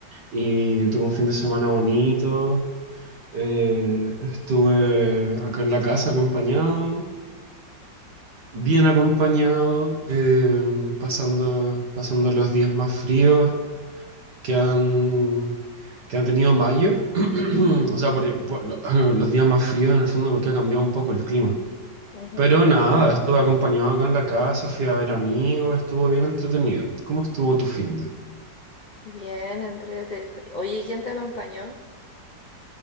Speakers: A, on the right (about 65°); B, on the left (about 55°).
A: y tuve un fin de semana bonito. Eh, estuve acá en la casa acompañado, bien acompañado, eh, pasando, pasando los días más fríos. que han, que han tenido mayo, <clears throat> o sea, por, por lo- <clears throat> los días más fríos en el fondo porque ha cambiado un poco el clima.
B: Ujú.
A: Pero nada, Claro. estuve acompañado acá en la casa, fui a ver amigos, estuvo bien entretenido. ¿Cómo estuvo tu fin de?
B: Bien, entrete. Oye, ¿quién te acompañó?